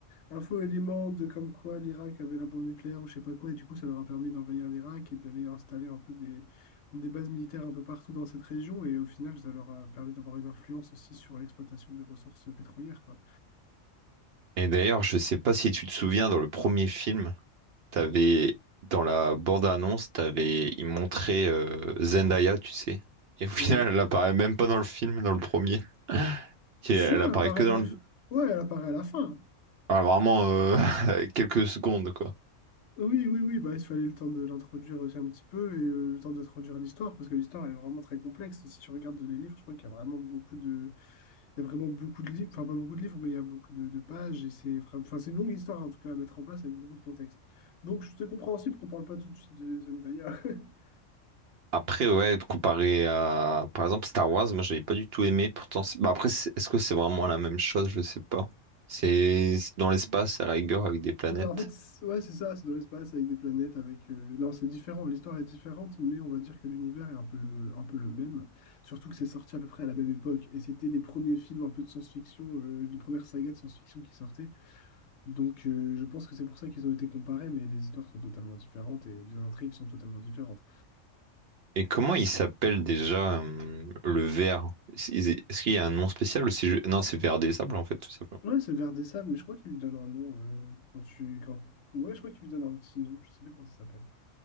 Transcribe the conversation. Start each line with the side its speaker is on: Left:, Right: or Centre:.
Left: un faux élément de comme quoi l'Irak avait la bombe nucléaire ou je sais pas quoi. Et du coup, ça leur a permis d'envahir l'Irak et d'aller installer un peu des, des bases militaires un peu partout dans cette région. Et au final, ça leur a permis d'avoir une influence aussi sur l'exploitation des ressources pétrolières, quoi.
Right: Et d'ailleurs, je sais pas si tu te souviens, dans le premier film, t'avais, dans la bande-annonce, t'avais, ils montraient euh, Zendaya, tu sais. Et au <laughs> final,
Left: Oui.
Right: elle apparaît même pas dans le film, dans le premier. Et
Left: Si
Right: elle
Left: elle
Right: apparaît
Left: apparaît
Right: que dans
Left: dans
Right: le...
Left: le... Ouais, elle apparaît à la fin.
Right: ah, vraiment euh, <laughs> quelques secondes, quoi.
Left: Oui, oui, oui, bah, il fallait le temps de l'introduire aussi un petit peu et euh, le temps d'introduire l'histoire, parce que l'histoire est vraiment très complexe. Si tu regardes les livres, je crois qu'il y a vraiment beaucoup de, il y a vraiment beaucoup de livres, enfin pas beaucoup de livres, mais il y a beaucoup de, de pages et c'est vraiment- enfin, c'est une longue histoire en tout cas à mettre en place avec beaucoup de contexte. Donc c'est compréhensible qu'on parle pas tout de suite de Zendaya. <laughs>
Right: Après, ouais, comparé à, par exemple, Star Wars, moi, j'avais pas du tout aimé. Pourtant, c'est- bah, après, c'est- est-ce que c'est vraiment la même chose? Je sais pas. C'est c'est dans l'espace, à la rigueur, avec des planètes.
Left: Bah, en fait, c'est- ouais, c'est ça, c'est dans l'espace avec des planètes, avec... euh, Non, c'est différent, l'histoire est différente, mais on va dire que l'univers est un peu le, un peu le même. Surtout que c'est sorti à peu près à la même époque, et c'était les premiers films un peu de science-fiction, euh, les premières sagas de science-fiction qui sortaient. Donc euh, je pense que c'est pour ça qu'ils ont été comparés, mais les histoires sont totalement différentes et les intrigues sont totalement différentes.
Right: Et comment il s'appelle déjà euh, le ver? Est-ce est-ce qu'il y a un nom spécial ou c'est ju- Non, c'est ver des sables en fait, tout simplement.
Left: Ouais, c'est vers des Sables, mais je crois qu'il lui donne un nom euh, quand tu... Quand... Ouais, je crois qu'il lui donne un petit nom, je sais plus comment ça s'appelle.